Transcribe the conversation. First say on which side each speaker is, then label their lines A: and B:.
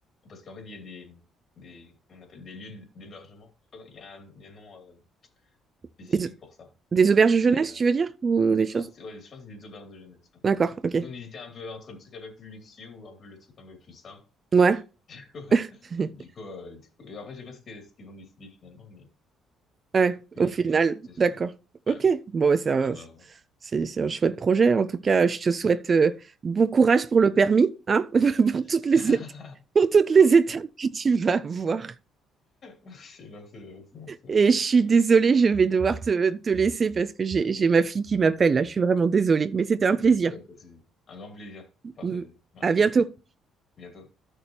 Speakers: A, on the left (about 45°); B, on the right (about 30°).
A: parce qu'en fait il y a des des on appelle des lieux d'hébergement. Je sais pas, Il y a un, il y a un nom euh, spécifique
B: Des,
A: pour ça.
B: des auberges jeunesse,
A: Des euh,
B: tu veux dire? Ou
A: des
B: des
A: je
B: choses?
A: pense ouais, je pense que c'est des auberges de jeunesse. ouais.
B: D'accord, ok.
A: Du coup, on hésitait un peu entre le truc un peu plus luxueux ou un peu le truc un peu plus simple.
B: Ouais,
A: <laughs>
B: <laughs>
A: Du coup, euh, du coup- et après, je sais pas ce que- ce qu'ils ont décidé finalement, mais
B: ouais,
A: Mais,
B: au final,
A: mais ouais, c'est ça.
B: d'accord. Ok,
A: Ouais,
B: bon, bah, c'est un,
A: faudrait voir.
B: c'est, c'est un chouette projet. En tout cas, je te souhaite euh, bon courage pour le permis, hein, <laughs> pour
A: <laughs>
B: toutes les étapes, pour toutes les étapes que tu vas avoir.
A: Merci, merci, merci, merci, merci.
B: Et je suis désolée, je vais devoir te, te laisser parce que j'ai
A: Ok,
B: j'ai ma fille qui m'appelle là. Je suis vraiment désolée, mais c'était un
A: ok,
B: plaisir.
A: y a pas de souci. Un grand plaisir. Partagé.
B: Mm.
A: Merci.
B: À bientôt.
A: À bientôt.